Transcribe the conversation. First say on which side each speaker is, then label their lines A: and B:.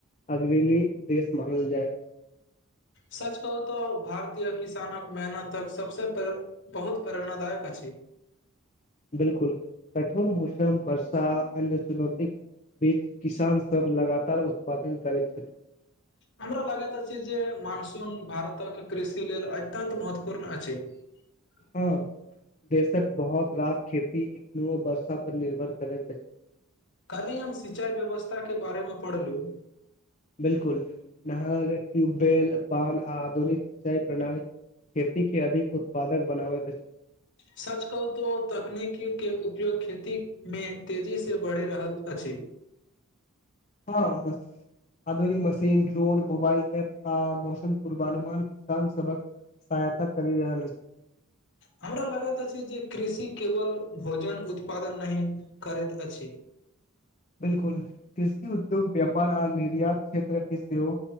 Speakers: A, on the left; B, on the left.
A: अग्रणी देश मानल जाइत।
B: सच कहू तो भारतीय किसानक मेहनतक सबसे बहुत प्रेरणादायक अछि।
A: बिल्कुल, कठोर मौसम वर्षा अन्न चुनौती। बीच किसान सब लगातार उत्पादन करैत छैथि।
B: हमरा लागैत अछि जे मानसून भारतक कृषि लेल अत्यन्त महत्वपूर्ण अछि। ह्म।
A: हँ। देशक बहुत रास खेती एखनो वर्षापर निर्भर करैत अछि।
B: काल्हि हम सिंचाइ व्यवस्थाके बारेमे पढ़लहुँ
A: बिलकुल। नहर, टयूबबेल, बान्ह आ आधुनिक सिंचाई प्रणाली खेतीकेँ अधिक उत्पादक बनाबैत अछि।
B: सच कहू तऽ तकनीकी के उपयोग खेतीमे तेजीसँ बढ़ि रहल अछि।
A: हँ बस। आधुनिक मशीन, ड्रोन, मोबाइल ऐप आ मौसम पूर्वानुमान किसान सभक सहायता करि रहल अछि।
B: हमरा लागैत अछि, जे कृषि केवल भोजन उत्पादन नहि करैत अछि।
A: बिलकुल। कृषि उद्योग, व्यापार आ निर्यात क्षेत्रके सेहो